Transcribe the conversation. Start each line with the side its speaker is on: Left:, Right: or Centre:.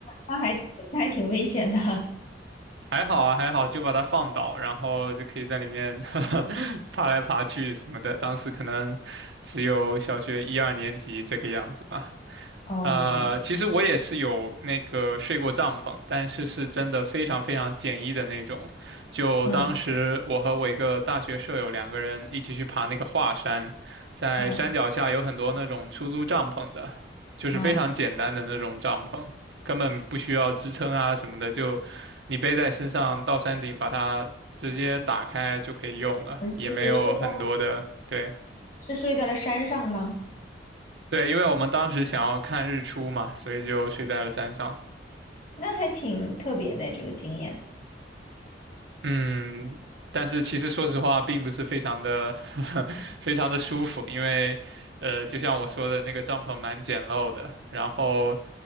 Left: 那还挺那还挺危险的，
Right: 还好啊，还好，就把它放倒，然后就可以在里面 <laughs> 爬来爬去什么的。当时可能只有小学一二年级这个样子吧。
Left: <laughs> 哦，
Right: 呃，其实我也是有那个睡过帐篷，但是是真的非常非常简易的那种。就当时我和我一个大学舍友两个人一起去爬那个华山，
Left: 嗯
Right: 在山脚下有很多那种出租帐篷的，
Left: 嗯
Right: 就是非常简单的那种帐篷，
Left: 嗯，
Right: 根本不需要支撑啊什么的，就你背在身上到山顶把它直接打开就可以用了，
Left: 我是睡在
Right: 也没有很多的，对
Left: 是睡在了山上吗？
Right: 对，因为我们当时想要看日出嘛，所以就睡在了山上。
Left: 那还挺特别的这个经验。
Right: 嗯，但是其实说实话，并不是非常的 <laughs> 非常的舒服，因为呃，就像我说的，那个帐篷蛮简陋的，然后